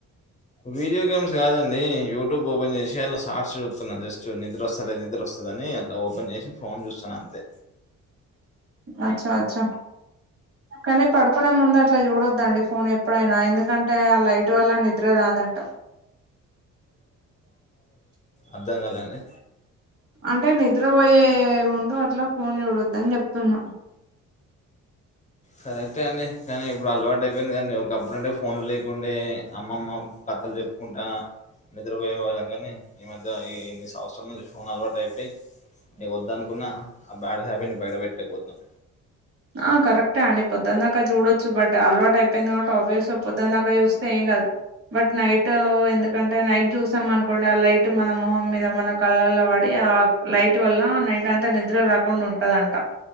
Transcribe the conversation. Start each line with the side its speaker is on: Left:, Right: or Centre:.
Left: వీడియో గేమ్స్ కాదండి, యూట్యూబ్ ఓపెన్ చేసి అలా సార్ట్స్ జుత్తున్నా, జస్ట్ నిద్ర ఒస్తాలే నిద్ర ఒస్తది అని. ఇలా ఓపెన్ జేసి ఫోన్ జూస్తాన్న అంతే.
Right: అచ్చా అచ్చా కానీ పడుకునే ముందు అట్లా చూడొద్దండి ఫోన్ ఎప్పుడైనా ఎందుకం టే ఆ లైట్ వల్ల నిద్ర రాదట
Left: అర్ధంకాలే అండి.
Right: అంటే నిద్రపోయే ముందు అట్లా ఫోన్ చూడొద్దని జెప్తున్నా.
Left: కరెక్టే అండి, కానీ ఇప్పుడు అలవాటు అయిపోయింది కదండి ఒక్కప్పుడంటే ఫోన్లు లేకుండే అమ్మమ్మ కథలు జెప్పుకుంటా నిద్రపోయే వాళ్ళం గాని ఈ మధ్య, ఈ ఇన్ని సంవత్సరాల నుంచి ఫోన్ అలవాటు అయిపోయి ఇగ వద్దనుకున్నా ఆ బ్యాడ్ హ్యాబిట్ నీ బయట పెట్టలేకపోతున్నం.
Right: ఆ కరక్టే అండి, పొద్దందాక చూడొచ్చు బట్ అలవాటు అయిపోయింది కబట్టి ఆబ్వియస్ గా పొద్దన్ దాక్ క జూస్తే ఏం కాదు, బట్ నైట్ ఎందుకంటే నైట్ జూసాం అనుకోండి ఆ లైట్ ట్ మన మొహం మీద, మన కళ్ళల్లో వడి ఆ లైట్ వల్ల నైట్ అంతా నిద్ర రాకుండా ఉంటదంట.